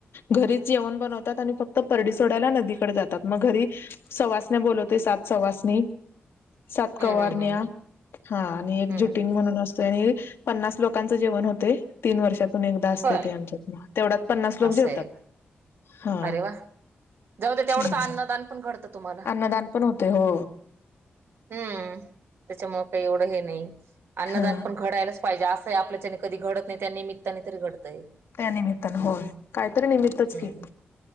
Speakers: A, on the left (about 75°); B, on the right (about 75°).
A: घरीच जेवण बनवतात आणि फक्त परडी सोडायला नदीकडे जातात मग घरी सवासण्या बोलवते सात सवासणी सात
B: हम्म
A: कवारण्या
B: हम्म हम्म हम्म
A: हा आणि एक
B: हम्म.
A: जुटिंग म्हणून अस आणि पन्नास लोकांचं जेवण होते तीन वर्षातून एकदा असते
B: होय.
A: ते आमच्यात तेवढ्यात पन्नास लोक
B: असं
A: जेवतात.
B: आहे.
A: हा.
B: अरे वा. जाउदे तेवढंच
A: हम्म.
B: अन्नदान पण घडतं तुम्हाला.
A: अन्नदान पण होते हो
B: हम्म, त्याच्यामुळे काही एवढं हे नाही अन्नदान
A: हा
B: पण घडायलाच पाहिजे असं आहे आपल्याच्यानी कधी घडत नाही त्या निमित्ताने तरी घडतंय.
A: त्यानमित्तान होय काहीतरी निमित्तच
B: हम्म.
A: की.